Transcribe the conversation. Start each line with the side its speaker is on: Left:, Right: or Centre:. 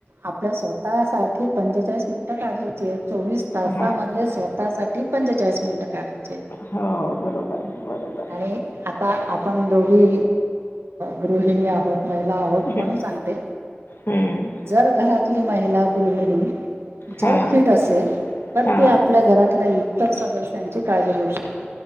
Right: आपल्या स्वतः साठी पंचेचाळीस मिनिट काढायचेत चोवीस तासामधले
Left: हां.
Right: स्वतःसाठी पंचेचाळीस मिनिटात काढायचे
Left: हो बरोबर, बरोबर.
Right: आणि आता आपण दोघी गृहिणी आहोत महिला आहोत
Left: हं,
Right: म्हणून सांग
Left: हं.
Right: जर घरा महिला गृहिणी जर
Left: हां,
Right: फिट असेल, तर
Left: हां.
Right: ती आपल्या घरातला तर सदस्य त्यांची काळजी घेऊ शकते.